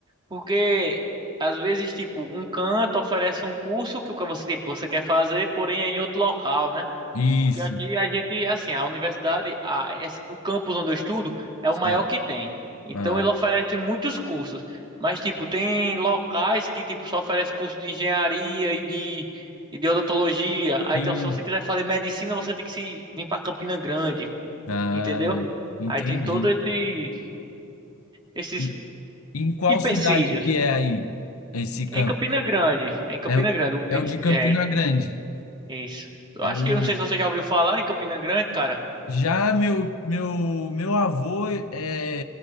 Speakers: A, on the right; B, on the left.
A: Porque às vezes, tipo, um canto oferece um curso que o que você, tipo, você quer fazer, porém é em outro local, né?
B: Isso,
A: Porque aqui a gente, assim, a universidade, a- es- o campus onde eu estudo é
B: certo.
A: o maior que tem. Então
B: Ah,
A: ele oferece muitos cursos. Mas, tipo, tem locais que, tipo, só oferece curso de engenharia e de, e de odontologia. Aí,
B: E,
A: então, se você quiser fazer medicina, você tem que se vir para Campina Grande,
B: ah,
A: entendeu?
B: entendi.
A: Aí tem todo esse, esses
B: E, em qual
A: empecilhos.
B: cidade que é aí esse campo?
A: É em Campina Grande, é em Campina
B: É, o-
A: Grande. o- esse-
B: é o de Campina
A: É,
B: Grande.
A: isso. Eu
B: É
A: acho
B: o,
A: que, eu não sei se você já ouviu falar em Campina Grande, cara.
B: já meu, meu, meu avô é,